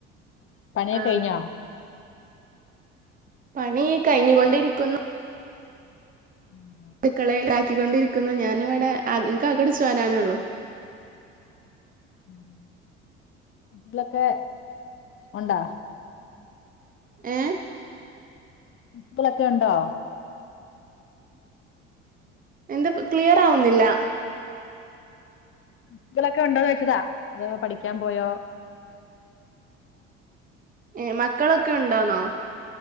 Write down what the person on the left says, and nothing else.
പണിയൊക്കെ
കഴിഞ്ഞൊ
ഉം
ഉം കുട്ടികളൊക്കെ ഉണ്ടാ
കുട്ടികളൊക്കെ ഉണ്ടോ
ബുക്കുകളൊക്കെ ഉണ്ടോന്ന് ചോയ്ച്ചതാ അതോ പഠിക്കാൻ പോയോ